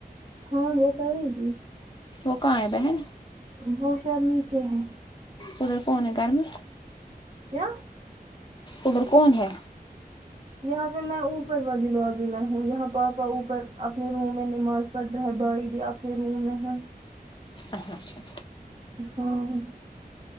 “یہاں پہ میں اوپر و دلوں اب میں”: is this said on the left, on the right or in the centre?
Right